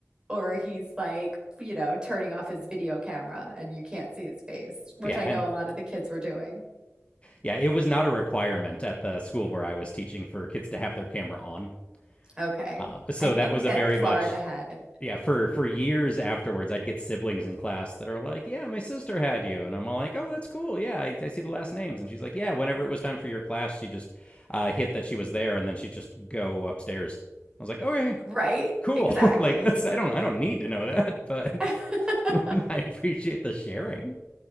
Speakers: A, on the right; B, on the left.
A: Or he's like, you know, turning off his video camera and you can't see his face, which
B: Yeah,
A: I
B: and
A: know a lot of the kids were doing.
B: yeah, it was not a requirement at the school where I was teaching for kids to have their camera on.
A: Okay.
B: Um, so
A: I think
B: that was
A: that
B: a very
A: Florida
B: much
A: had it.
B: yeah for for years afterwards. I'd get siblings in class that are like, yeah, my sister had you, and I'm all like, oh, that's cool. Yeah, I, I see the last names, and she's like, yeah. Whenever it was time for your class, she just uh, hit that she was there, and then she'd just go upstairs. I was like, okay,
A: Right?
B: cool.
A: Exactly.
B: <laughs> like that's I don't I don't need to know that, but
A: <laughs>
B: <laughs> I appreciate the sharing.